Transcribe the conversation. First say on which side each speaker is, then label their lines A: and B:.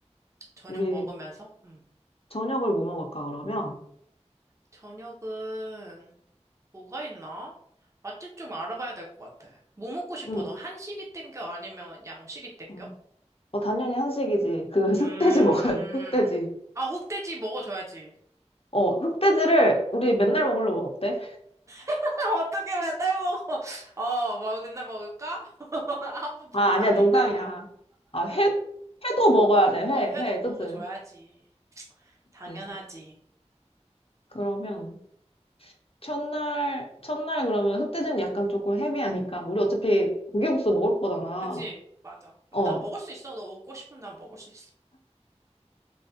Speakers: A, on the right (about 25°); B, on the left (about 55°).
A: 저녁
B: 우리
A: 먹으면서? 응.
B: 저녁을 뭐 먹을까 그러면?
A: 저녁은 뭐가 있나? 맛집 좀 알아봐야 될 것 같아. 뭐 먹고 싶어?
B: 응.
A: 너 한식이 땡겨? 아니면 양식이 땡겨?
B: 응. 어 당연히 한식이지. 그 <laughs> 흑돼지
A: 음.
B: 먹어야 돼. 흑돼지.
A: 아, 흑돼지 먹어줘야지.
B: 어 흑돼지를 우리 맨날 먹으려면 어때?
A: <laughs> 어떻게 맨날 먹어? 어, 막 맨날 먹을까? <laughs> 한 번 보자,
B: 아, 아니야, 농담이야.
A: 이따.
B: 아, 회, 회도 먹어야 돼, 회,
A: 어, 회도
B: 회,
A: 먹어줘야지.
B: 그치?
A: 당연하지.
B: 네. 그러면, 첫날, 첫날 그러면 흑돼지는 약간 조금 헤비하니까. 우리 어차피 고기국수 먹을 거잖아.
A: 그치? 맞아. 근데
B: 어.
A: 나 먹을 수 있어. 너 먹고 싶으면 난 먹을 수 있어.